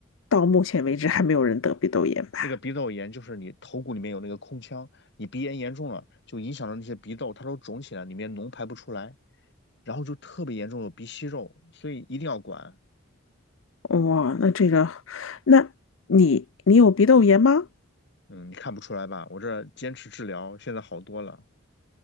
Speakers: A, on the left; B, on the left.
A: 到目前为止还没有人得鼻窦炎吧？
B: 那个鼻窦炎就是你头骨里面有那个空腔，你鼻炎严重了，就影响到那些鼻窦，它都肿起来，里面脓排不出来，然后就特别严重，有鼻息肉，所以一定要管。
A: 哇，那这个，那你你有鼻窦炎吗？
B: 嗯，你看不出来吧？我这坚持治疗，现在好多了。